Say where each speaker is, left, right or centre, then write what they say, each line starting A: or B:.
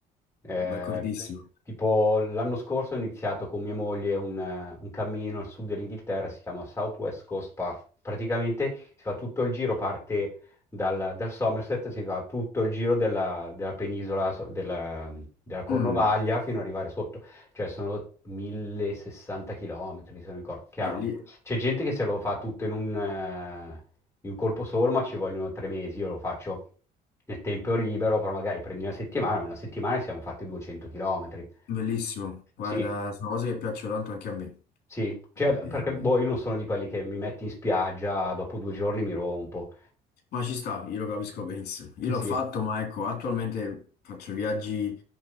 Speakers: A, on the left; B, on the left.
A: Eh,
B: D'accordissimo.
A: t- tipo l'anno scorso ho iniziato con mia moglie un, eh, un cammino al sud dell'Inghilterra, si chiama South West Coast Path. Praticamente si fa tutto il giro, parte dal, dal Somerset, si fa tutto il giro della, della penisola, so- della, della Cornovaglia
B: Mm,
A: fino ad arrivare sotto, cioè sono 1060 chilometri, se non ricordo. Chiaro,
B: belli-
A: c'è gente che se lo fa tutto in un, eh, in un colpo solo, ma ci vogliono tre mesi, io lo faccio nel tempo libero, però magari prendi una settimana, ma in una settimana ci siamo fatti 200 km.
B: bellissimo. Guarda,
A: Sì,
B: sono cose che piacciono tanto anche a me.
A: Sì, cioè,
B: Eh,
A: perché boh, io non sono di quelli che mi metti in spiaggia, dopo due giorni mi rompo.
B: ma ci sta, io lo capisco benissimo. Io l'ho
A: sì.
B: fatto, ma ecco, attualmente faccio viaggi